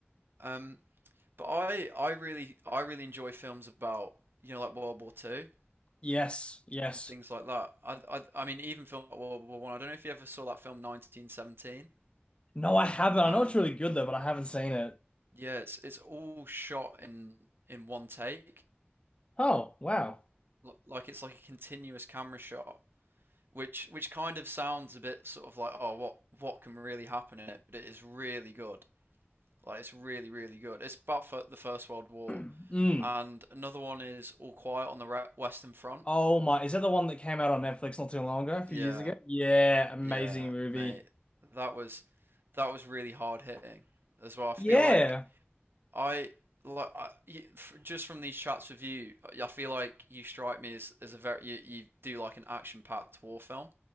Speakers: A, on the right; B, on the left.
A: Um. But I, I really, I really enjoy films about you know like World War Two
B: Yes, yes.
A: and things like that. I, I, I mean, even film like World War One. I. I don't know if you ever saw that film 1917.
B: No, I haven't.
A: Um,
B: I know it's really good though, but I haven't seen it.
A: yeah, it's it's all shot in in one take,
B: Oh, wow.
A: like it's like a continuous camera shot, which which kind of sounds a bit sort of like oh what what can really happen in it, but it is really good. Like it's really really good. It's about the First World War,
B: <clears throat> Mm.
A: and another one is All Quiet on the Western Front.
B: Oh my, is that the one that came out on Netflix not too long ago, a few
A: Yeah,
B: years ago? Yeah, amazing
A: Yeah,
B: movie.
A: mate. That was that was really hard hitting as well. I feel
B: Yeah.
A: like I like I, you, f- just from these chats with you, I feel like you strike me as, as a very you, you do like an action-packed war film.